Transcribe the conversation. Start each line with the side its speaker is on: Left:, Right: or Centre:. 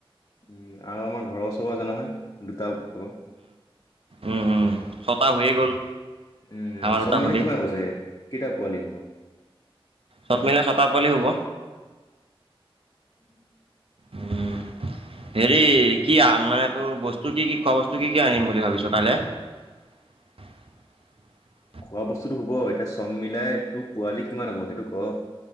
Left: উম আৰু আমাৰ ঘৰৰ ওচৰ আছে নহয় দুটা লগৰ
Right: উম উম হৈয়ে গ'ল
Left: উম
Right: আমাৰ
Left: চব
Right: এটা
Left: মিলাই
Right: সতি
Left: কিমান হব চাগে, কেইটা পোৱালি হব
Right: চব মিলাই ছয়টা পোৱালি হব
Left: উম
Right: উম হেৰি কি মানে তোৰ বস্তু কি কি খোৱা বস্তু কি কি আনিম বুলি ভাবিছ তাৰে <unintelligible> <inaudible>
Left: খোৱা বস্তুটো হব এতিয়া চম মিলাই তোৰ পোৱালি কিমান হব সেইটো ক